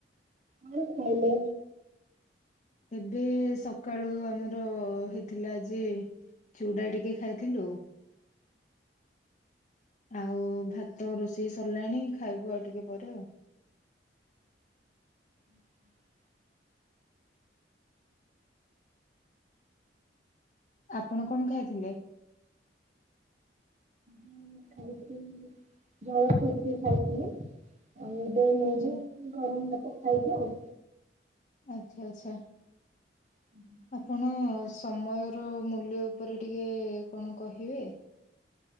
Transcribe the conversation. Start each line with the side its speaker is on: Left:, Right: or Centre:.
Right: କଣ ଖାଇଲେ?
Left: ଏବେ ସକାଳୁ ଆମର ହେଇଥିଲା ଯେ ଚୁଡ଼ା ଟିକେ ଖାଇଥିଲୁ ଆଉ ଭାତ ରୋଷେଇ ସରିଲାଣି ଖାଇବୁ ଆଉ ଟିକେ ପରେ ଆଉ।
Right: ହୁଁ
Left: ଆପଣ କଣ ଖାଇଥିଲେ?
Right: ଉଁ ଖାଇଥିଲି ଜଳଖିଆ ଟିକେ ଖାଇଥିଲି ଆଉ। <inaudible> ନେଇବି
Left: ଆଛା
Right: ଗରମ ଭାତ ଖାଇବି ଆଉ।
Left: ଆଛା ଆଛା।
Right: ହୁଁଁ
Left: ଆପଣ ସମୟର ମୂଲ୍ୟ ଉପରେ ଟିକିଏ କଣ କହିବେ?